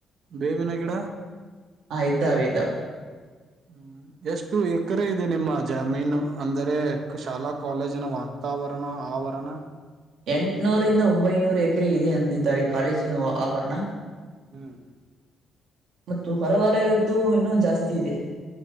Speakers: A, on the right (about 65°); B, on the right (about 75°).
A: ಬೇವಿನ ಕಡ
B: ಹಾ ಇದ್ದಾವ ಇದ್ದ
A: ಹ್ಮ್ ಎಷ್ಟು ಎಕರೆ ಇದೆ ನಿಮ್ಮ ಜಮೀನು ಅಂದರೆ ಶಾಲಾ ಕಾಲೇಜಿನ ವಾತಾವರಣ ಆವರಣ
B: ಎಂಟಟ್ನೂರಿಂದ ಒಂಬೈನೂರು ಎಕರೆ ಇದೆ ಎಂದಿದ್ದಾರೆ ಕಾಲೇಜಿನ ಆವರಣ.
A: ಹ್ಮ್
B: ಮತ್ತು ಹೊರವಲಯದ್ದು ಇನ್ನೂ ಜಾಸ್ತಿ ಇದೆ